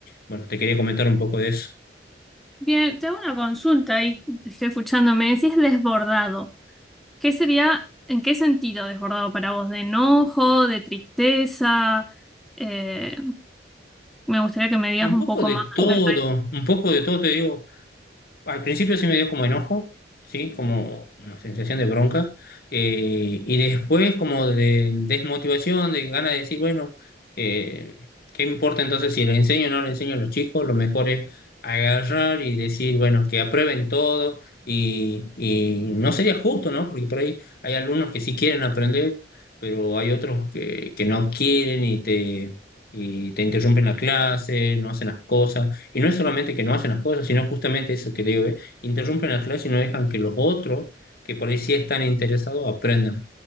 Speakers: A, on the left (about 55°); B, in the centre.
A: bueno, te quería comentar un poco de eso.
B: Bien, tengo una consulta y estoy escuchándome, decís desbordado. ¿Qué sería, en qué sentido desbordado para vos? ¿De enojo, de tristeza? Eh, me gustaría que me digas
A: Y un
B: un
A: poco
B: poco
A: de
B: más
A: todo,
B: Uh, acerca de eso.
A: un poco de todo, te digo, al principio sí me dio como enojo, sí, como una sensación de bronca, eh, y después como de desmotivación, de ganas de decir, bueno, eh, ¿qué importa entonces si le enseño o no le enseño a los chicos? Lo mejor es agarrar y decir, bueno, que aprueben todo y, y no sería justo, ¿no? Porque por ahí hay alumnos que sí quieren aprender, pero hay otros que, que no quieren y te, y te interrumpen la clase, no hacen las cosas. Y no es solamente que no hacen las cosas, sino justamente eso que digo, ve, interrumpen la clase y no dejan que los otros, que por ahí sí están interesados, aprendan.